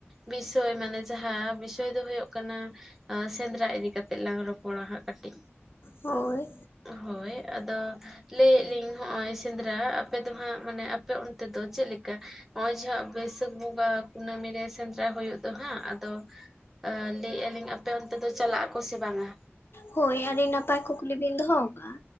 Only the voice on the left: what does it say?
ᱦᱳᱭ
ᱦᱳᱭ ᱟᱹᱰᱤ ᱱᱟᱯᱟᱭ ᱠᱩᱠᱞᱤ ᱵᱤᱱ ᱫᱚᱦᱚ ᱟᱠᱟᱫᱟᱼᱟ,